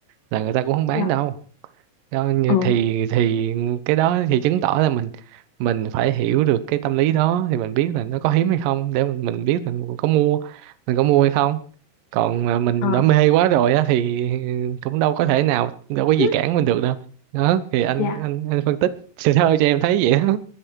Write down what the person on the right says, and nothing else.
là người ta cũng không bán
đâu đó, như
thì thì cái đó thì chứng tỏ là mình mình phải hiểu được cái tâm lý đó thì mình biết là nó có hiếm hay không để mình mình biết là mình có mua mình có mua hay không còn mà mình
đã mê quá rồi á thì cũng đâu có thể nào đâu có gì
cản mình được đâu đó thì anh
anh anh phân tích <laughs> sơ sơ cho em thấy vậy đó